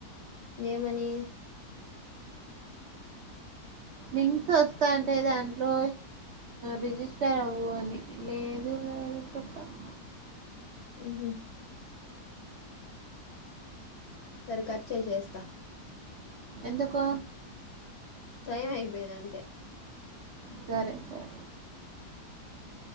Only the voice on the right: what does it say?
లింక్స్ వస్తా అంటే దాంట్లో రిజిస్టర్ ఇస్తారు అవవు అని లేదు లేదు పెత్త <inaudible>
ఎందుకు
సరే సరే